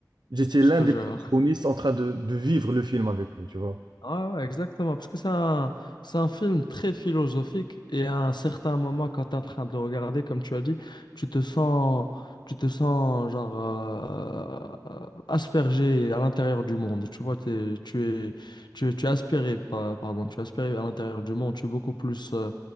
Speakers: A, on the right; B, on the left.
A: J'étais
B: Je
A: l'un
B: te
A: des
B: jure.
A: protagonistes en train de, de vivre le film avec eux, tu vois.
B: Ouais, ouais, exactement, parce que c'est un, c'est un film très philosophique et à un certain moment, quand tu es en train de le regarder, comme tu as dit, tu te sens, tu te sens genre euh, euh, aspergé à l'intérieur du monde. Tu vois, t'es- tu es, tu es, tu es aspiré, pa- pardon, tu es aspiré à l'intérieur du monde. Tu es beaucoup plus euh,